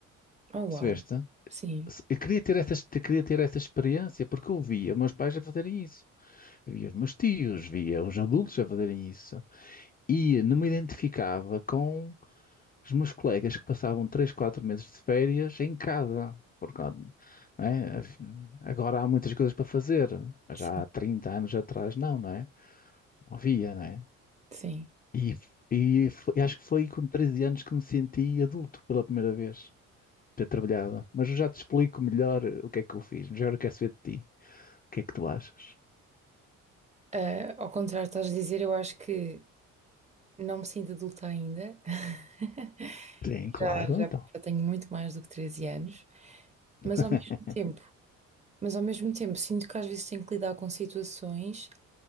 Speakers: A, on the right; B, on the left.
A: Oh,
B: Percebeste?
A: uau. Sim.
B: Se- Eu queria ter essa, eu queria ter essa experiência porque eu via meus pais a fazerem isso, via os meus tios, via os adultos a fazerem isso. E não me identificava com os meus colegas que passavam 3 4 meses de férias em casa. Porque, lá, não é? Agora há muitas coisas para fazer, mas
A: Sim,
B: há 30 anos atrás não, não é? Não havia, não é?
A: sim.
B: E, e foi- acho que foi com 13 anos que me senti adulto pela primeira vez, ter trabalhado. Mas eu já te explico melhor o que é que eu fiz, mas agora eu quero saber de ti. O que é que tu achas?
A: Ah, ao contrário, estás a dizer, eu acho que não me sinto adulta ainda. <laughs>
B: Sim, claro,
A: Já, já,
B: então.
A: já tenho muito mais do que 13 anos, mas
B: <laughs>
A: ao mesmo tempo, mas ao mesmo tempo sinto que às vezes tenho que lidar com situações